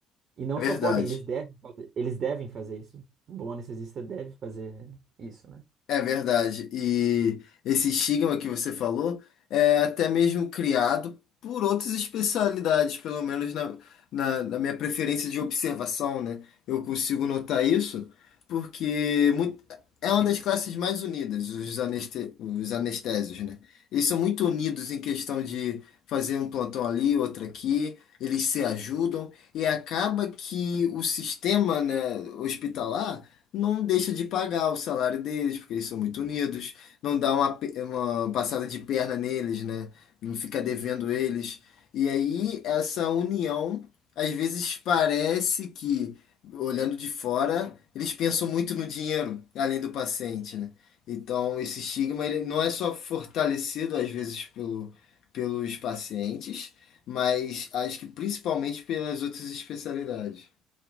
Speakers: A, on the right; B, on the left.
A: E não
B: É
A: só
B: verdade.
A: podem, eles devem fazer, eles devem fazer isso. Um bom anestesista deve fazer isso, né?
B: É verdade. E esse estigma que você falou é até mesmo criado por outras especialidades, pelo menos na, na, na minha preferência de observação, né? Eu consigo notar isso porque muito, é uma das classes mais unidas, os, aneste, os anestésios, né? Eles são muito unidos em questão de fazer um plantão ali, outro aqui, eles se ajudam e acaba que o sistema, né, hospitalar não deixa de pagar o salário deles, porque eles são muito unidos, não dá uma, pe- uma passada de perna neles, né? Não fica devendo eles. E aí, essa união, às vezes parece que, olhando de fora, eles pensam muito no dinheiro, além do paciente, né? Então, esse estigma ele não é só fortalecido, às vezes, pelo, pelos pacientes, mas acho que principalmente pelas outras especialidades.